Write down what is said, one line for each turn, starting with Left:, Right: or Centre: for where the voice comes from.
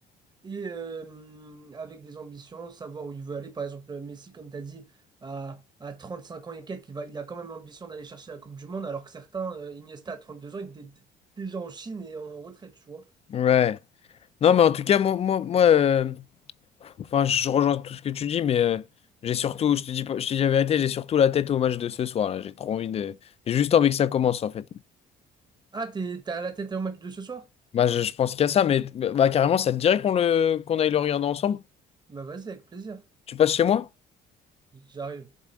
Right: et euh, avec des ambitions, savoir où il veut aller. Par exemple, Messi, comme tu as dit, à, à 35 ans et quelques, il va, il a quand même l'ambition d'aller chercher la Coupe du Monde, alors que certains, euh, Iniesta, à 32 ans, il était d- déjà en Chine et en retraite, tu vois.
Left: ouais. Non, mais en tout cas, moi, moi, moi euh, enfin, je rejoins tout ce que tu dis, mais euh, j'ai surtout, je te dis, pas- je te dis la vérité, j'ai surtout la tête au match de ce soir, là. J'ai trop envie de. J'ai juste envie que ça commence, en fait.
Right: Ah, t'es, t'as la tête au match de ce soir?
Left: Bah, je, je pense qu'il y a ça, mais bah, bah, carrément, ça te dirait qu'on le, qu'on aille le regarder ensemble?
Right: Bah vas-y, avec plaisir.
Left: Tu passes chez moi?
Right: J'arrive.